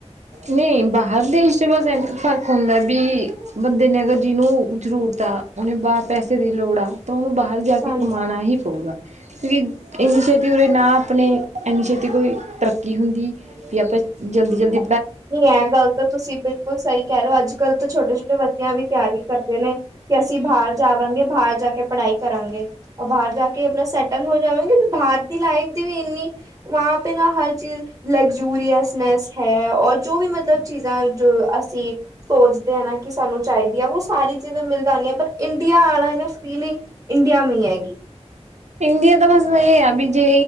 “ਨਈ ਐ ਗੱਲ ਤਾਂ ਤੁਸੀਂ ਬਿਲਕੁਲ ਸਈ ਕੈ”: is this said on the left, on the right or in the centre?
Right